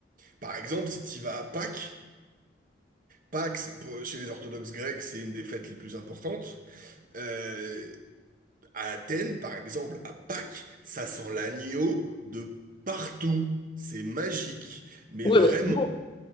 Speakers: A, on the right (about 45°); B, on the left (about 25°).
A: par exemple, si tu vas à Pâques, Pâques, c'est- pour- chez les orthodoxes grecs, c'est une des fêtes les plus importantes. Euh, à Athènes, par exemple, à Pâques, ça sent l'agneau de partout. C'est magique, mais
B: oui,
A: vraiment.
B: mais c'est bon. <laughs>